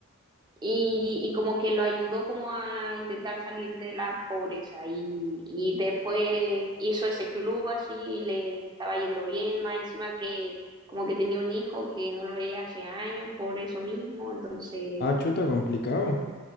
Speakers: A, on the right (about 20°); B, on the left (about 50°).
A: y, y como que lo ayudó como a intentar salir de la pobreza y, y después hizo ese club así y le estaba yendo bien, más encima que como que tenía un hijo que no lo veía hace años por eso mismo, entonces
B: Ah, chuta, complicado.